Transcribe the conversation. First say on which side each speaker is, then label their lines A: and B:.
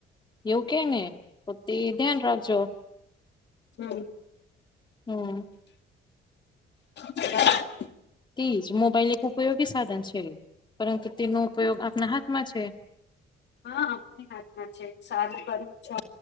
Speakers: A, on the left; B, on the left.
A: એવું કે ને તો તે ધ્યાન રાખજો
B: હમ
A: હમ
B: હા
A: તેજ મોબાઈલ એક ઉપયોગી સાધન છે પરંતુ તેનું ઉપયોગ આપના હાથમાં છે.
B: હા અમને હાથમાં છે સારું કરું છ.